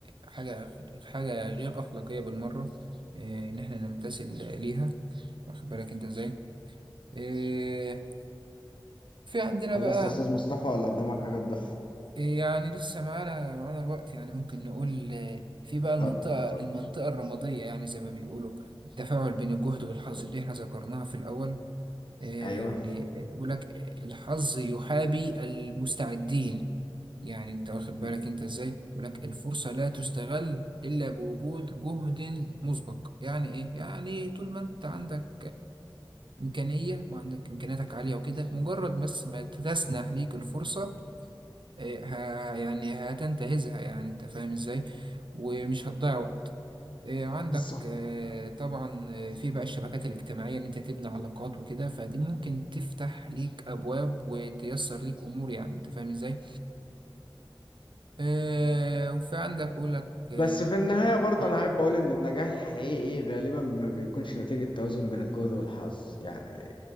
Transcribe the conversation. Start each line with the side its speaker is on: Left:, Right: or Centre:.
Right: حاجة حاجة غير أخلاقية بالمرة آه، إن إحنا نمتثل ليها واخد بالك أنت إزاي آه، في عندنا
Left: خلصت
Right: بقى
Left: يا أستاذ مصطفى ولا قدامك حاجة تضيفها؟
Right: إيه يعني لسه معانا معانا الوقت يعني ممكن نقول آه، في بقى المنطقة
Left: اتفضل اتفضل
Right: المنطقة الرمادية يعني زي ما بيقولوا التفاعل بين الجهد والحظ اللي احنا ذكرناها في الأول آه،
Left: ايوه
Right: يعني آه، يقول لك آه، الحظ يحابي المستعدين يعني انت واخد
Left: مم.
Right: بالك انت ازاي يقول لك الفرصة لا تستغل إلا بوجود جهد مسبق يعني ايه يعني طول ما انت عندك إمكانية وعندك إمكانياتك عالية وكده مجرد بس ما تسنح ليك الفرصة إيه، ها يعني هتنتهزها يعني انت فاهم ازاي ومش هتضيع وقت إيه، عندك
Left: بالظبط
Right: آه، طبعا آه، في بقى الشبكات الاجتماعية ان انت تبني علاقات وكده فدي ممكن تفتح ليك ابواب وتيسر ليك امور يعني انت فاهم ازاي آه، وفي عندك بقول لك اه
Left: بس في النهاية برضه
Right: مم.
Left: أنا أحب أقول إن النجاح الحقيقي إيه؟ غالبا ما بيكونش نتيجة توازن بين الجهد والحظ يعني